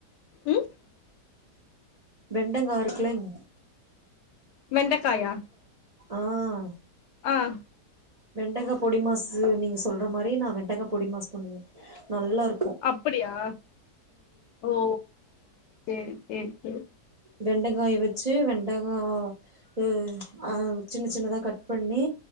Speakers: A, on the left (about 75°); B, on the right (about 50°).
A: உம்
B: வெண்டங்கா இருக்கலங்
A: வெண்டைக்காயா
B: ஆஹ
A: ஆஹ்
B: வெண்டகாய பொடி மாசு நீங்க சொல்ற மாதிரி நான் வெண்டகா பொடி மாசு பண்ணுவேன் நல்லா இருக்கும்
A: அப்படியா ஓஓ சரி சரி சரி
B: வெண்டைக்காய வச்சு வெண்டைகாய்ஹ் அஹ் சின்ன சின்னதா கட் பண்ணி